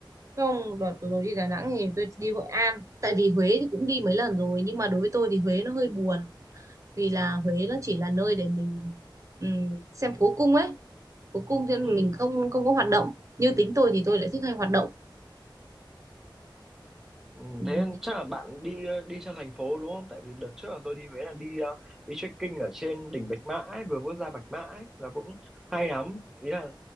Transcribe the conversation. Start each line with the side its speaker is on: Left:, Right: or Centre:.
Right: Không, đợt vừa rồi đi Đà Nẵng thì tôi đi Hội An. Tại vì Huế thì cũng đi mấy lần rồi nhưng mà đối với tôi thì Huế
Centre: ừ.
Right: nó hơi buồn vì là Huế
Centre: Ừ.
Right: nó chỉ là nơi để mình ừm, xem cố cung ấy, cố cung thì mình
Centre: Ừ.
Right: không không có hoạt động. Như tính tôi thì tôi lại thích hay hoạt động.
Centre: Ừ,
Right: Ừm,
Centre: thế nên chắc là bạn đi đi trong thành phố đúng không? Tại vì đợt trước là tôi đi Huế là đi ờ, đi trekking ở trên đỉnh Bạch Mã ấy, vừa bước ra Bạch Mã ấy, là cũng hay lắm. Ý là